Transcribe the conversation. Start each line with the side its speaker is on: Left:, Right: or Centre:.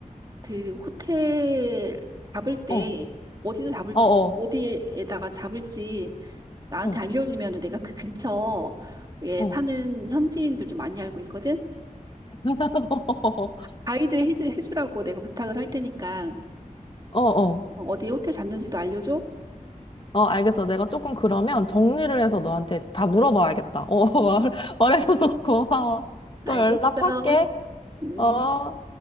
Right: 그 호텔 잡을 때
Left: 어,
Right: 어디서 잡을지
Left: 어, 어,
Right: 어디에다가 잡을지 나한테
Left: 어,
Right: 알려주면은 내가 그 근처에
Left: 어,
Right: 사는 현지인들 좀 많이 알고 있거든.
Left: 어, <laughs>
Right: 가이드 해주- 해주라고 내가 부탁을 할 테니까
Left: 어, 어.
Right: 어디 호텔 잡는지도 알려줘.
Left: 어, 알겠어. 내가 조금 그러면 정리를 해서 너한테 다 물어봐야겠다. 어, <laughs> 말, 말해줘서 고마워.
Right: 알겠어.
Left: 또 연락할게.
Right: 음.
Left: 어.